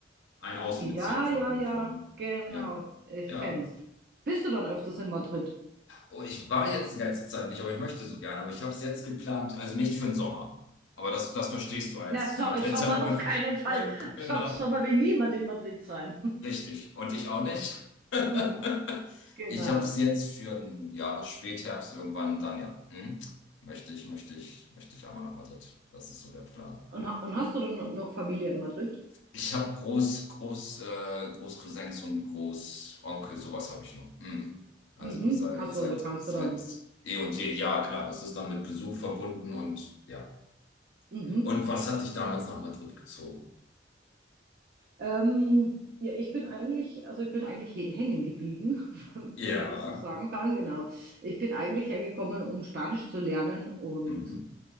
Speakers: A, on the left; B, on the right.
A: ein Außenbezirk
B: Ja,
A: von,
B: ja, ja,
A: von,
B: genau.
A: ja,
B: Ich
A: ja.
B: kenn's. Bist du dann öfters in Madrid?
A: Oh, ich war jetzt die letzte Zeit nicht, aber ich möchte so gerne. Aber ich habe es jetzt geplant, also nicht für den Sommer. Aber das, das verstehst du als
B: Na, so,
A: Madriderin.
B: Sommer auf keinen
A: <laughs>
B: Fall.
A: Genau.
B: Som- Sommer will niemand in Madrid sein.
A: Richtig. Und ich auch nicht. <laughs>
B: <laughs> Genau.
A: Ich habe es jetzt für ein Jahr Spätherbst irgendwann dann, ja. Hm? Möchte ich, möchte ich, möchte ich einmal nach Madrid. Das ist so der Plan.
B: Und, ha- und hast du dann noch Familie in Madrid?
A: Ich habe Groß, Groß, äh, Großcousins und Großonkel, sowas habe ich noch. Hm. Also
B: Mhm.
A: seit,
B: Ach so,
A: seit,
B: also kannst
A: seit
B: du dann.
A: eh und je. Ja, klar, das ist dann mit Besuch verbunden und ja.
B: Mhm.
A: Und was hat dich damals nach Madrid gezogen?
B: Ähm, ja, ich bin eigentlich, also ich bin eigentlich he- hängen geblieben, <laughs> wenn
A: Ja.
B: wenn man das so sagen kann, genau. Ich bin eigentlich hergekommen, um Spanisch zu lernen und
A: Mhm.